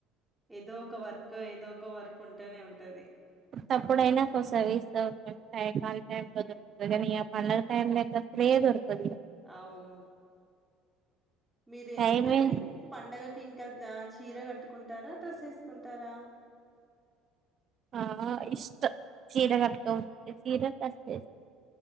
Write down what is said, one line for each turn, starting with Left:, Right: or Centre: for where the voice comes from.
Centre: ఏదో ఒక వర్క్ ఏదో ఒక వర్క్ ఉంటేనే ఉంటది
Right: ఉతప్పుడైనా కొసవిస్ దొరుకుతది టైమ్ గాని టైమ్లో దొరుకుతది కానీ ఇక పంండగ టైమ్లో ఆయితే అసలే దొరకదు
Centre: అవును మీరేంటండి
Right: టైమే
Centre: పండుగకి ఇంకా ఆ చీర కట్టుకుంటారా డ్రస్ ఏసుకుంటారా
Right: ఆ ఇష్ట చీర కట్కంది చీర కట్చ